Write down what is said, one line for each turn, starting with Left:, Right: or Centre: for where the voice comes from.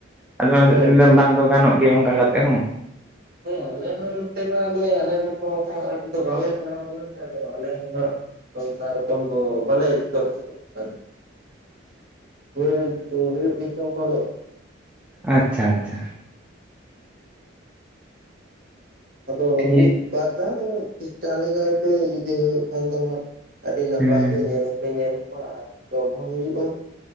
Centre: ᱟᱫᱚ ᱚᱱᱟ ᱦᱚᱛᱮᱡ
Right: ᱦᱳᱭ
Centre: ᱛᱮ ᱞᱤᱧ ᱞᱟᱹᱭ ᱫᱟ ᱵᱟᱝ ᱫᱚ ᱜᱟᱱᱚᱜ ᱜᱮᱭᱟ ᱚᱱᱠᱟ ᱠᱟᱛᱮ ᱦᱚᱸ
Right: ᱦᱮᱸ ᱟᱞᱮ ᱦᱚᱸ ᱱᱚᱛᱮ ᱢᱟᱞᱮ ᱟᱞᱮ ᱢᱟᱛᱚ ᱚᱝᱠᱟ ᱵᱟᱝᱞᱮ ᱯᱟᱲᱦᱟᱣ ᱠᱟᱱᱟ ᱥᱮ ᱟᱫᱚ ᱟᱞᱮ ᱦᱚᱸ ᱦᱟᱸᱜ ᱚᱱᱠᱟ ᱨᱚᱠᱚᱢ ᱛᱚ ᱵᱟᱞᱮ ᱨᱤᱥᱟᱨᱪ ᱠᱟᱫᱟ
Centre: <unintelligible>
Right: ᱦᱩᱭ ᱦᱩᱭᱩᱜ ᱜᱮᱪᱚᱝ ᱯᱟᱞᱮᱜ
Centre: ᱟᱪᱪᱷᱟ ᱟᱪᱪᱷᱟ
Right: ᱟᱫᱚ
Centre: ᱴᱷᱤᱠ
Right: ᱢᱤᱫ ᱵᱟᱨ ᱫᱷᱟᱶ ᱫᱚ ᱪᱮᱥᱴᱟ ᱞᱮᱜᱟᱭ ᱯᱮ ᱡᱩᱫᱤ ᱦᱩᱭᱩᱜ ᱠᱷᱟᱱ ᱫᱚ ᱦᱟᱸᱜ ᱟᱹᱰᱤ ᱱᱟᱯᱟᱭ
Centre: ᱦᱮᱸ
Right: ᱜᱮ ᱧᱮᱞ ᱦᱚᱸᱯᱮ ᱧᱮᱞ ᱠᱚᱣᱟ ᱟᱨ ᱡᱚᱢ ᱦᱚᱸ ᱦᱩᱭᱩᱜᱼᱟ